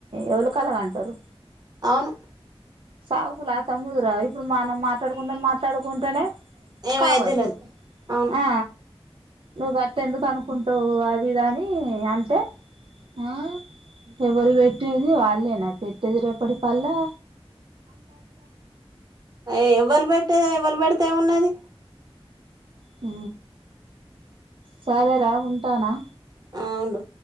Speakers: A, on the right; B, on the right.
A: ఎవరు కలగ అంటారు
B: అమ్
A: సాగుకులా తమ్ముదురా ఇప్పుడు మనం మాట్లాడుకుంటే మాట్లాడుకుంటేనే
B: ఏమయ్యేది
A: కావచ్చు
B: తెల్వదు అవును
A: ఆ నువ్వు అత ఎందుకు అనుకుంటావు అది దాని అంతే ఆ ఎవరు పెట్టేది వాళ్ళేనా పెట్టేది రేపటి పల్లా
B: అ ఎవ్వలు పెడితే ఎవ్వలు పెడితే ఉన్నది
A: హ సరేరా ఉంటానా
B: వును